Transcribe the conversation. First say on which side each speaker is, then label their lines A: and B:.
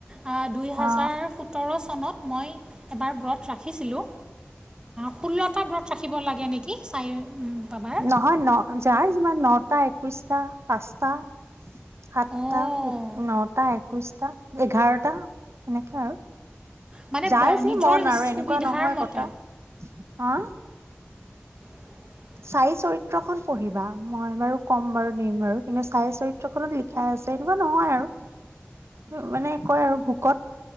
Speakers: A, on the right (about 20°); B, on the right (about 80°).
A: আ দুই হাজাৰ
B: অ
A: সোতৰ চনত। মই এবাৰ ব্ৰত ৰাখিছিলোঁ, ষোল্লটা ব্ৰত। ৰাখিব লাগে নেকি? চাই উম, বাবাৰ
B: নহয় ন, যাৰ যিমান নটা, একৈশটা, পাঁচটা। সাতটা,
A: অঁ
B: এক, নটা, একৈশটা, এঘাৰটা এনেকে আৰু।
A: মানে
B: যাৰ
A: ব-
B: যি
A: নিজৰ
B: মন
A: ইচ-
B: আৰু, এনেকুৱা
A: সুবিধাৰ
B: নহয়
A: মতে
B: কথা, হা
A: হয়
B: চাই চৰিত্ৰ খন পঢ়িবা, মই বাৰু, ক'ম বাৰু, দিম বাৰু, কিন্তু চাই চৰিত্ৰ খনত লিখা আছে। তেনেকুৱা নহয় আৰু, মানে কয় আৰু ভোকত